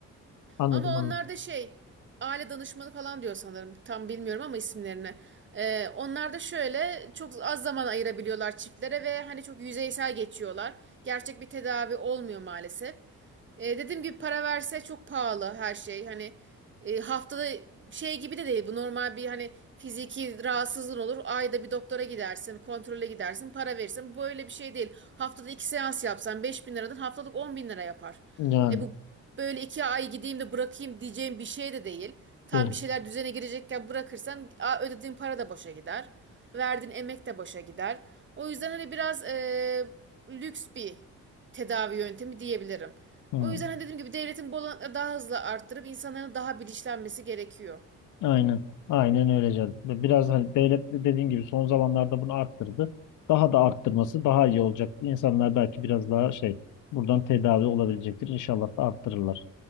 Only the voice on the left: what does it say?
Anladım.
anladım.
Yani
değil.
Hı.
Aynen. Aynen öyle canım. Biraz hani devlet de dediğin gibi son zamanlarda bunu arttırdı. Daha da arttırması daha iyi olacaktı. İnsanlar belki biraz daha şey buradan tedavi olabilecektir. İnşallah da arttırırlar.